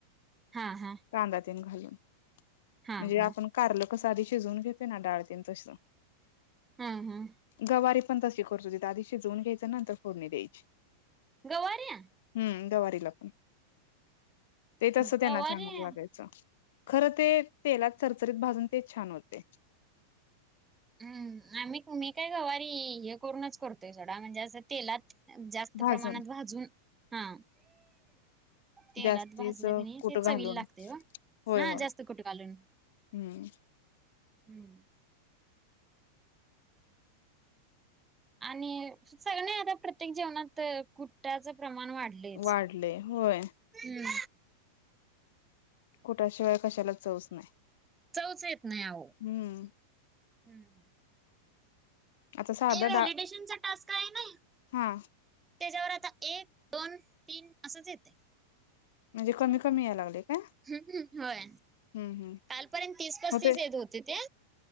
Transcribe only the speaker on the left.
कांदा तेन घालून
म्हणजे
आपण कारल कसं आधी शिजवून घेतोय ना डाळतेन तस
गवारी पण तशी करत होती द आधी शिजवून घ्यायचं नंतर फोडणी द्यायची.
हम्म गवारीला पण ते तसं
त्यांना चांगलं लागायचं. खरं ते तेलात चरचरीत भाजून ते छान होतय.
भाजून
जास्तीच
कुट
घालून
होय
होय
हम्म
वाढलय होय
कुटा शिवाय कशाला चौच नाही.
हम्म
आता साधं
डाळ
हा
म्हणजे कमी कमी यायलागलय काय?
हम्म हम्म
होते